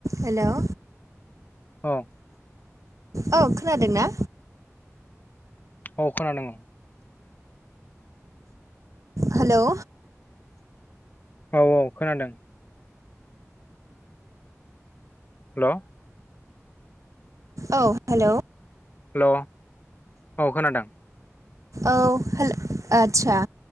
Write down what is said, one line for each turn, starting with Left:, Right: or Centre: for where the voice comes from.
Right: हेल'
Left: औ
Right: औ खोनादों ना?
Left: औ खोनादों।
Right: हेल'
Left: औ औ खोनादों। हेल'
Right: औ हेल'
Left: हेल' औ खोनादों
Right: औ हेल आदसा